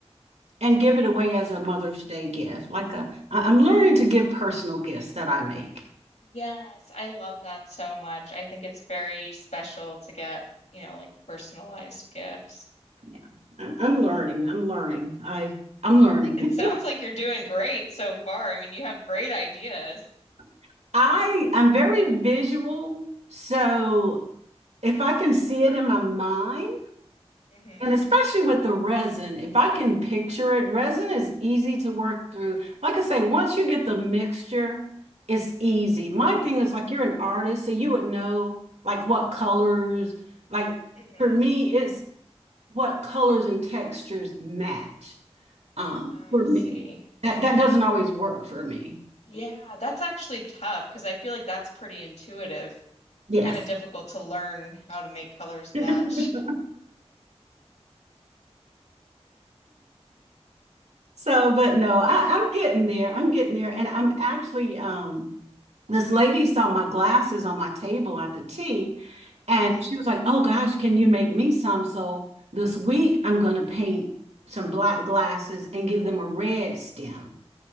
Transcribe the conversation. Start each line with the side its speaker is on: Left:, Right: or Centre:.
Right: and give it away as a Mother's Day gift. Like a, I- I'm learning to give personal gifts that I make.
Left: Yes, I love that so much. I think it's very special to get, you know, like personalized gifts.
Right: Yeah, I'm, I'm learning. I'm learning. I I'm learning.
Left: It sounds like you're doing great so far. I mean, you have great ideas.
Right: <laughs> I I'm very visual, so if I can see it in my mind.
Left: hmm
Right: And especially with the resin, if I can picture it, resin is easy to work through. Like I say, once you get the mixture, it's easy. My thing is like you're an artist, so you would know like what colors, like
Left: hmm
Right: for me, it's what colors and textures match. Um,
Left: I
Right: for
Left: see.
Right: me. That that doesn't always work for me.
Left: Yeah, that's actually tough because I feel like that's pretty intuitive.
Right: Yes.
Left: It's kind of difficult to learn how to make colors
Right: <laughs>
Left: match.
Right: So, but no, I, I'm getting there. I'm getting there. And I'm actually, um, this lady saw my glasses on my table at the tea,
Left: <laughs>
Right: and
Left: hmm
Right: she was like, Oh gosh, can you make me some? So this week I'm going to paint some black glasses and give them a red stem.